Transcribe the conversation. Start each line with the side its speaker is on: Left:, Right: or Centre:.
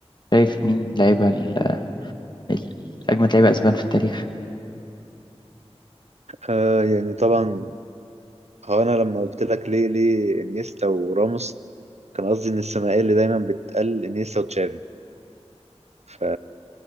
Left: شايف مين لعيبة ال- ال- اجمد لعيبة اسبان في التاريخ
Right: آه يعني طبعا هو انا لما قلت لك ليه ليه انيستا وراموس كان قصدي ان الثنائيه اللي دايما بتقل انيستا وتشافي ف